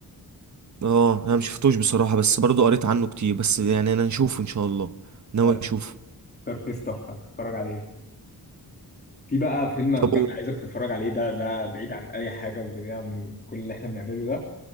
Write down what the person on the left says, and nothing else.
لا،
سكارفيس تحفه اتفرج عليه في بقى فيلم انا
بجد عايزك تتفرج عليه ده ده بعيد عن اي حاجه وبعيد عن كل اللي احنا بنعمله ده